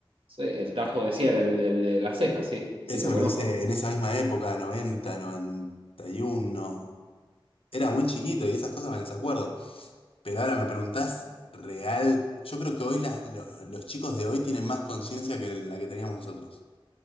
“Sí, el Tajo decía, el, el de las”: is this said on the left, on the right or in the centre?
Right